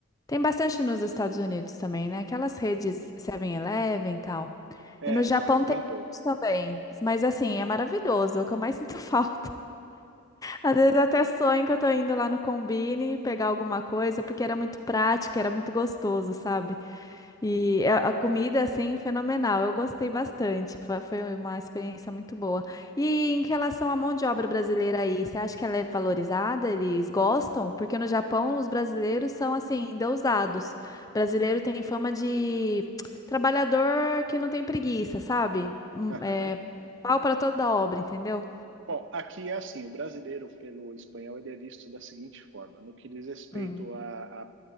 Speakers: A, on the left; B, on the right.
A: Tem bastante nos Estados Unidos também, né? Aquelas redes 7-Eleven e tal.
B: É,
A: E no Japão
B: não, aqui tem
A: tem
B: pouco.
A: isso também. Mas assim, é maravilhoso, é o que eu mais sinto <laughs> falta. Às vezes eu até sonho que eu tô indo lá no Combini pegar alguma coisa, porque era muito prático, era muito gostoso, sabe? E a a comida, assim, fenomenal. Eu gostei bastante. Fa- Foi uma experiência muito boa. E em relação à mão de obra brasileira aí, você acha que ela é valorizada? Eles gostam? Porque no Japão, os brasileiros são, assim, endeusados. Brasileiro tem fama de <tsk> trabalhador que não tem preguiça, sabe? Hum,
B: Aham.
A: É pau para toda obra, entendeu?
B: Bom, aqui é assim, o brasileiro pelo espanhol ele é visto da seguinte forma, no que diz respeito
A: Hum.
B: a, a